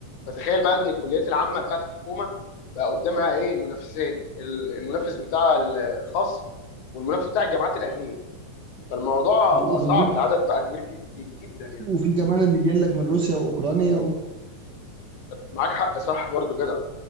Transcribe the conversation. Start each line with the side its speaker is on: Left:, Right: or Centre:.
Left: فتخيل بقى ان الكليات العامه بتاعت الحكومه بقى قدامها ايه منافسين المنافس بتاع ال- الخاص والمنافس بتاع الجامعات الاهليه فالموضوع بقى
Right: وده
Left: صعب
Right: غير-
Left: العدد بقى كبير جي- جدا يعني
Right: وفي كمان اللي جاي لك من روسيا واوكرانيا و...
Left: معاك حق صح برضو جدع